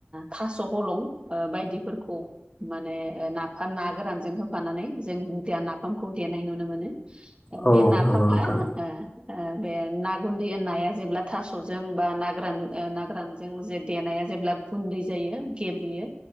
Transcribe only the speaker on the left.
औ
नंगौ नोंथां